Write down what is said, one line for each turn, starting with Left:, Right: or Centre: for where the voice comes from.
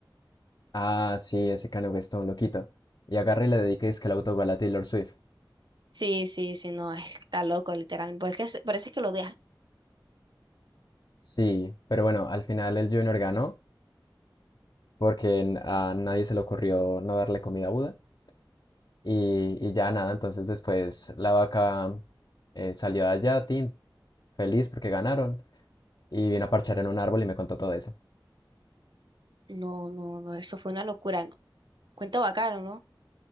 Left: Ah, sí, ese Kanye West está un loquito. Y agarré y le dediqué es que el autogol a Taylor Swift.
Right: Sí, sí, sí, no, <laughs> es- está loco, literal. Porque es- parece que lo deja.
Left: Sí, pero bueno, al final el Junior ganó porque a nadie se le ocurrió no darle comida a Buda y, y ya nada, entonces después la vaca eh, salió de allá, tin, feliz porque ganaron y vino a parchar en un árbol y me contó todo eso.
Right: No, no, no, eso fue una locura. Cuento bacano, ¿no?